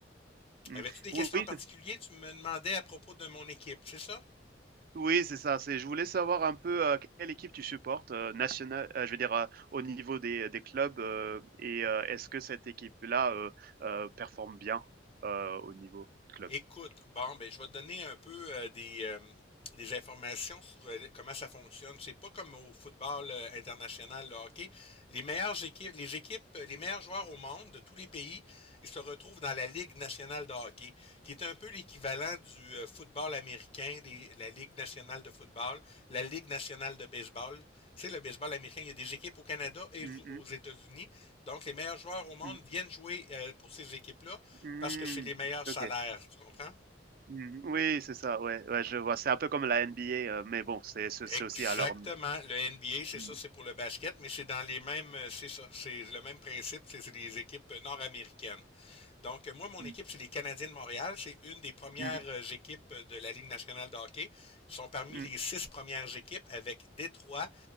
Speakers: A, on the right (about 50°); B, on the left (about 30°).
A: Mmh.
B: Avais-tu des questions
A: Oui, oui,
B: en particulier? Tu me demandais à propos de mon équipe, c'est ça?
A: Oui, c'est ça, c'est je voulais savoir un peu, heu, quelle équipe tu supportes, heu, nationale, heu, je veux dire, heu, au niveau des des clubs, heu et heu, est-ce que cette équipe-là, heu heu, performe bien, heu, au niveau de club?
B: Écoute, bon, ben, je vais te donner un peu euh, des, euh, des informations sur euh, comment ça fonctionne. C'est pas comme au football euh, international, le hockey. Les meilleures équipes, les équipes, euh, les meilleurs joueurs au monde de tous les pays, ils se retrouvent dans la Ligue nationale de hockey qui est un peu l'équivalent du euh, football américain, des, la Ligue nationale de football, la Ligue nationale de baseball. Tu sais, le baseball américain, il y a des équipes au Canada et
A: Mmh mh.
B: aux États-Unis. Donc, les meilleurs joueurs au monde
A: Mmh.
B: viennent jouer euh, pour ces équipes-là
A: Mmh.
B: parce que c'est les meilleurs salaires,
A: OK.
B: tu comprends?
A: Mmh Oui, c'est ça, ouais, ouais, je vois. C'est un peu comme la NBA, heu, mais bon, c'est c'est
B: Exactement.
A: c'est aussi à leur mmh
B: Le NBA, c'est
A: mh.
B: ça, c'est pour le basket, mais c'est dans les mêmes, euh, c'est ça, c'est le même principe, c'est c'est les équipes nord-américaines. Donc, euh, moi, mon
A: Mmh.
B: équipe, c'est les Canadiens de Montréal. C'est une des premières
A: Mmh.
B: euh, équipes de la Ligue nationale de hockey. Ils sont parmi
A: Mmh.
B: les six premières équipes avec Détroit,